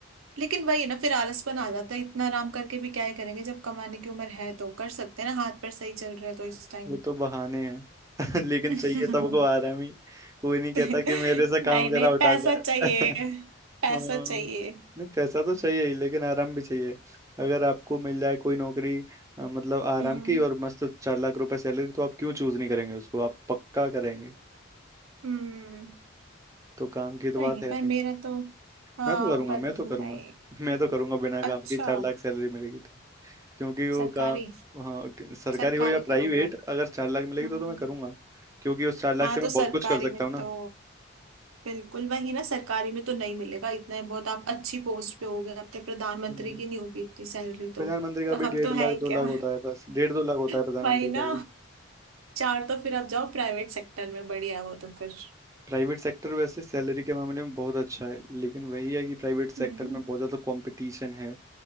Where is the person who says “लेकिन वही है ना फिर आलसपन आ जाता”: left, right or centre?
Right